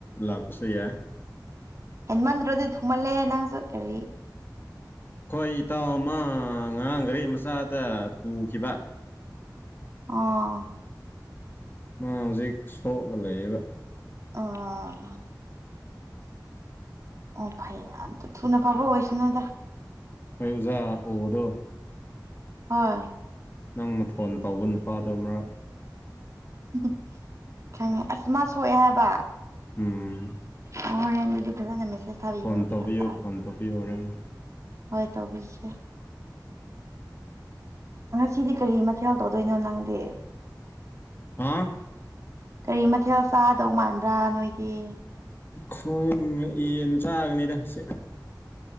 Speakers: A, on the left; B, on the right.
A: ꯂꯥꯛꯄꯁꯨ ꯌꯥꯏ
B: ꯍꯦꯟꯃꯟꯗ꯭ꯔ ꯑꯗꯨꯗꯤ ꯊꯨꯃꯜꯂꯦ ꯅꯪꯁꯨ ꯀꯔꯤ
A: ꯑꯩꯈꯣꯏ ꯏꯇꯥꯎ ꯑꯃ ꯉꯔꯥꯡ ꯒꯥꯔꯤ ꯃꯆꯥꯗ ꯇꯨꯈꯤꯕ
B: ꯑꯣ
A: ꯃꯥ ꯍꯧꯖꯤꯛ ꯁꯣꯛꯑꯒ ꯂꯩꯔꯤꯕ
B: ꯑꯥ ꯑꯥ ꯑꯣ ꯐꯩꯌꯦ ꯑꯗꯨ ꯊꯨꯅ ꯐꯕ ꯑꯣꯏꯁꯅꯨꯗ
A: ꯍꯣꯏ ꯑꯣꯖꯥ ꯑꯣꯗꯣ
B: ꯍꯣꯏ
A: ꯅꯪꯅ ꯐꯣꯟ ꯇꯧꯕ ꯅꯨꯄꯥꯗꯣ ꯑꯃꯛ
B: ꯎꯝ ꯈꯪꯉꯦ ꯑꯁ ꯃꯥ ꯁꯣꯛꯑꯦ ꯍꯥꯏꯕ
A: ꯎꯝ
B: ꯑꯣ ꯍꯣꯔꯦꯟ ꯑꯗꯨꯗꯤ ꯐꯖꯅ ꯃꯦꯁꯦꯁ ꯊꯥꯕꯤꯕ
A: ꯐꯣꯟ ꯇꯧꯕꯤꯌꯣ
B: ꯐꯔꯛ ꯇꯥꯔꯦ
A: ꯐꯣꯟ ꯇꯧꯕꯤꯌꯣ ꯍꯣꯔꯦꯟ
B: ꯍꯣꯏ ꯇꯧꯕꯤꯒꯦ ꯉꯁꯤꯗꯤ ꯀꯔꯤ ꯃꯊꯦꯜ ꯇꯧꯗꯣꯏꯅꯣ ꯅꯪꯗꯤ
A: ꯍꯥꯥ
B: ꯀꯔꯤ ꯃꯊꯦꯜ ꯆꯥꯗꯧ ꯃꯥꯟꯕ꯭ꯔꯥ ꯅꯣꯏꯗꯤ
A: ꯈꯣꯢ ꯌꯦꯟ ꯆꯥꯒꯅꯤꯗ ꯉꯁꯤ